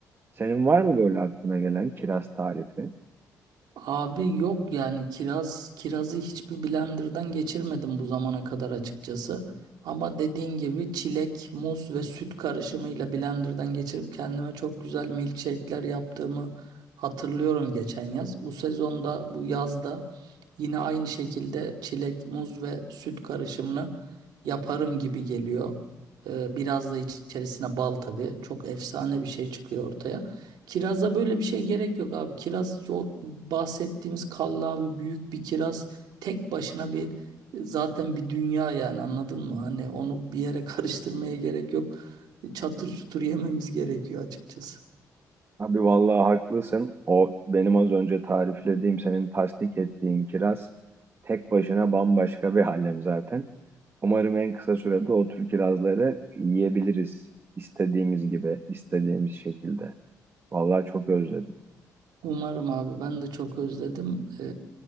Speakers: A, on the right (about 35°); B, on the right (about 80°).
A: Senin var mı böyle aklına gelen kiraz tarifi?
B: Abi yok yani kiraz kirazı hiçbir blenderdan geçirmedim bu zamana kadar açıkçası. Ama dediğin gibi çilek, muz ve süt karışımıyla blenderdan geçirip kendime çok güzel milkshake'ler yaptığımı hatırlıyorum geçen yaz. Bu sezonda, bu yazda yine aynı şekilde çilek, muz ve süt karışımını yaparım gibi geliyor. Ee, biraz da içerisine bal tabii. Çok efsane bir şey çıkıyor ortaya. Kirazda böyle bir şey gerek yok abi. Kiraz o bahsettiğimiz kallavi büyük bir kiraz tek başına bir zaten bir dünya yani anladın mı? Hani onu bir yere <laughs> karıştırmaya gerek yok. Çatır çutur yememiz gerekiyor açıkçası.
A: Abi vallahi haklısın. O benim az önce tariflediğim, senin tasdik ettiğin kiraz tek başına bambaşka bir alem zaten. Umarım en kısa sürede o tür kirazları yiyebiliriz istediğimiz gibi, istediğimiz şekilde. Vallahi çok özledim.
B: Umarım abi ben de çok özledim. Ee,